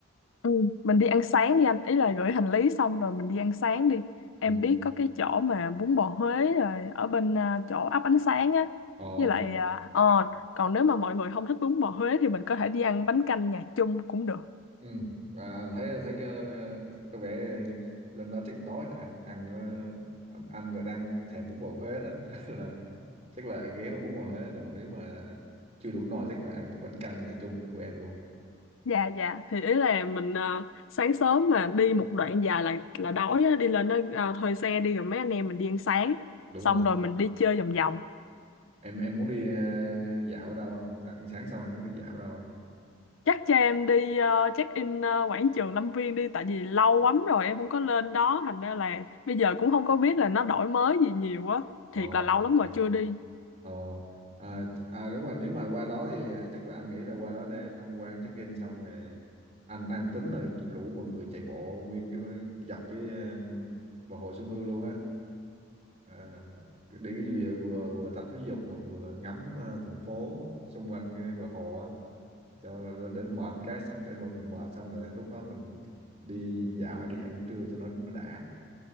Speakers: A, on the left; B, on the right.
A: ừ. mình đi ăn sáng đi anh ý là gửi hành lý xong rồi mình đi ăn sáng đi em
B: ừ.
A: biết có cái chỗ mà bún bò Huế rồi ở bên à, chỗ ấp ánh sáng á
B: ồ
A: với lại à, ờ còn nếu mà mọi người không thích bún bò Huế thì mình có thể đi ăn bánh canh nhà chung cũng được
B: ừ. À, thấy thấy có, có vẻ lên đó chắc đói nè, ăn ăn ờ, anh anh là đang thèm bún bò Huế đó <laughs> là chắc là ăn ghé có bún bò Huế rồi nếu mà chưa đủ no chắc là ăn cái bánh căn nhà chung của em luôn
A: dạ dạ thì ý là mình à, sáng sớm mà đi một đoạn dài là là đói á đi lên đó à, thuê xe đi rồi mấy anh em mình đi ăn sáng
B: đúng
A: xong
B: rồi
A: rồi mình đi chơi vòng vòng
B: em em muốn đi ờ, dạo ở đâu không Dạ, ăn sáng xong em muốn đi dạo ở đâu không
A: chắc cho em đi ờ, check in ờ, quảng trường Lâm Viên đi tại vì lâu lắm rồi em không có lên đó thành ra là bây giờ cũng không có biết là nó đổi mới gì nhiều á
B: ồ
A: thiệt là lâu
B: ok
A: lắm rồi chưa đi
B: ồ à, ch- à, đúng rồi nếu mà qua đó thì à, chắc là anh nghĩ là qua đó để tham quan check in xong rồi anh anh tính là rủ mọi người chạy bộ nguyên cái dọc cái um, bờ hồ Xuân Hương luôn á à, để cái vừa vừa vừa tập thể dục mà vừa ngắm ờ, thành phố xung quanh cái bờ hồ á cho để mệt cái xong để mọi người mệt xong là lúc đó mình đi dạo hay đi ăn trưa cho nó nó đã